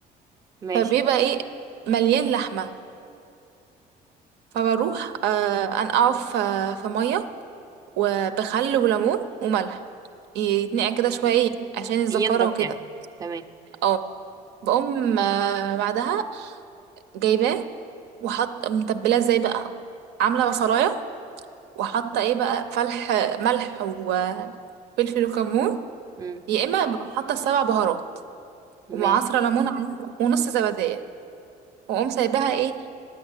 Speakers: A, on the right; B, on the right.
A: ماشي
B: فبيبقى ايه مليان لحمه فبروح آه انقعه في في ميه وبخل وليمون وملح يتنقع كده شويه إيه عشان الزفاره
A: ينضف
B: وكده
A: يعني تمام
B: آه. بقوم آه، بعدها جايباه وحط متبلاه ازاي بقى عامله بصلايه وحاطه ايه بقى فلح ملح وفلفل وكمون
A: امم
B: يا اما ببقى حاطه سبع بهارات
A: ماشي
B: ومعصره ليمون عليها ونص زبديه واقوم سايباها ايه